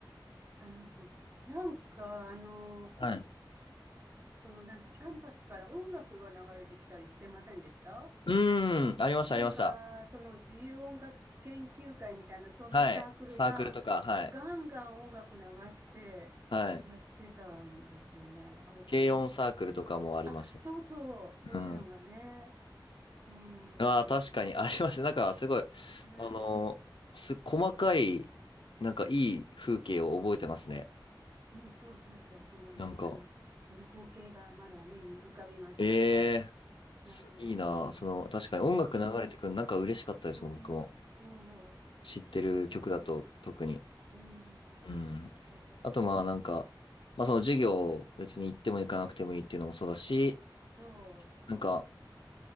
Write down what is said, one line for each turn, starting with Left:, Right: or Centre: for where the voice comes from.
Right: っちゃ楽しい。なんか、あの、こう、
Left: はい。
Right: その、なんて、キャンパスから音楽が流れてきたりしてませんでした
Left: うーん、ありました、
Right: なんか、
Left: ありました。
Right: その自由音楽研究会みたいな、そんなサークルが、
Left: はい。サークルとか、はい。
Right: ガンガン音楽流して、
Left: はい。
Right: やってたんですよね。あれ楽しかったな。
Left: 軽音サークルとかもありまし
Right: あ、そうそう、そういうのがね。
Left: た。うん。
Right: うーん。
Left: ああ、確かにありました。なんか、すごい、
Right: ねえ。
Left: あのーす、細かい、なんかいい風景を覚えてますね。
Right: うん、そうそうそう。その、
Left: なんか、
Right: あの、その光景がまだ目に浮かびます。
Left: え
Right: はい。
Left: えすいいなあその、
Right: うーん。
Left: 確かに音楽流れてくるのなんか嬉しかったですもん、
Right: ええ、うん、
Left: 僕も。
Right: そ
Left: 知ってる曲だと特に。
Right: う。ねえ。うん。
Left: うん。
Right: そうです。
Left: あとまあなんか、まあその授業別に行っても行かなくてもいいっていうのもそうだし、
Right: そ
Left: なんか、